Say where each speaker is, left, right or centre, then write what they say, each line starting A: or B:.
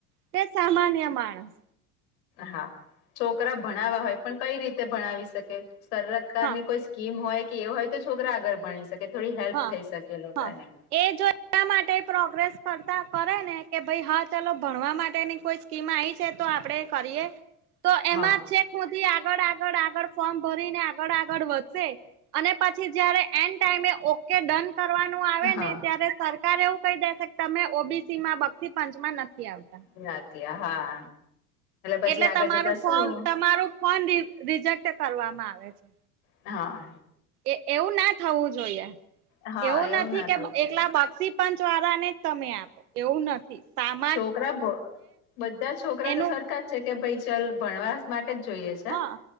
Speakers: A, on the right (about 80°); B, on the left (about 70°).
A: તે સામાન્ય માણસ
B: હા છોકરા ભણાવવા હોય પણ કઈ રીતે ભણાવી શકે સરકારની
A: હા
B: કોઈ કીમ હોય કે એ હોય તો છોકરા આગળ ભણી શકે થોડી હેલ્પ
A: હા
B: થઈ શકે એ લોકોને
A: હા. એ જો એ માટે પ્રોગ્રેસ કરતા કરે ને કે ભાઈ હા ચલો ભણવા માટેની કોઈ સ્કીમ આઈ છે તો આપડે કરીએ તો એમાં
B: હા
A: છે સુધી આગળ આગળ આગળ ફોર્મ ભરી ને આગળ આગળ વધશે. અને પછી જયારે એન્ડ ટાઈમે ઓકે ડન કરવાનું આવે
B: હા
A: ને ત્યારે સરકાર એવું કહી દેશે તમે ઓબીસી માં બક્ષી પંચમાં નથી આવતા
B: ની આવતી હા. પછી
A: એટલે
B: આગળ
A: તમારું
B: જતા
A: ફોમ
B: શું
A: તમારું ફોન રિજેક્ટ કરવામાં આવે છે.
B: હા.
A: એ એવું ના થવું જોઈએ
B: હા
A: એવું નથી
B: ના
A: કે
B: થવું છે
A: એકલા બક્ષી પંચ વાળા ને જ તમે આપો એવું નથી થી પાપ
B: છોકરા બધા છોકરા
A: એનું
B: તો સરખા જ છે કે ભાઈ ચલ ભણવા માટે જ જોઈએ છે.
A: હા